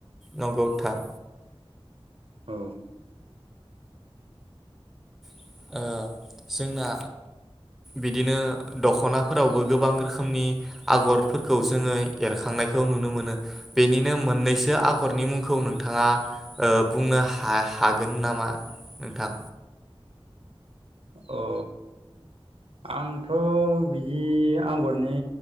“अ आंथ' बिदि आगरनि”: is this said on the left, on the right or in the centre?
Right